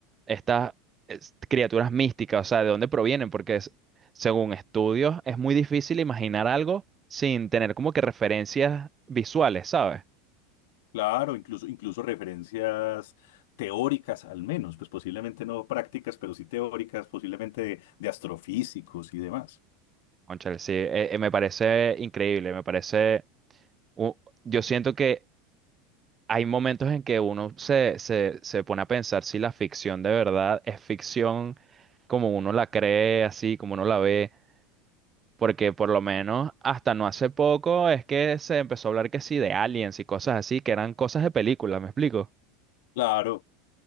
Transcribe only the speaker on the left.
Claro, incluso, incluso referencias teóricas al menos, pues posiblemente no prácticas, pero sí teóricas, posiblemente de, de astrofísicos y demás.
Claro.